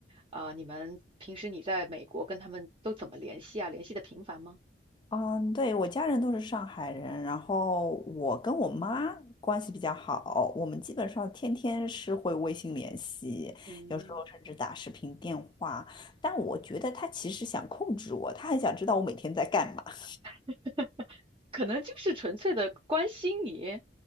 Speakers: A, on the right (about 30°); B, on the left (about 25°).
A: 啊、你们平时你在美国跟他们都怎么联系啊？联系的频繁吗？
B: 嗯，对，我家人都是上海人，然后我跟我妈关系比较好，我们基本上天天是会微信联系，
A: 嗯，
B: 有时候甚至打视频电话。但我觉得他其实想控制我，他还想知道我每天在干嘛。<laughs>
A: <laughs> 可能就是纯粹的关心你。